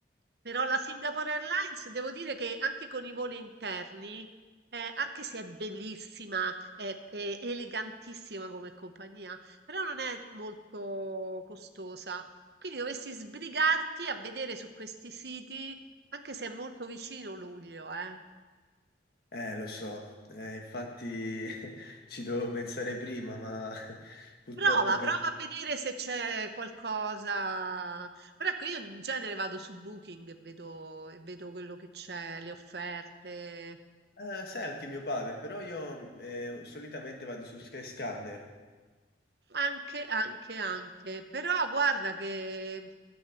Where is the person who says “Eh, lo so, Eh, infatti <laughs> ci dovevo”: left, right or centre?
Left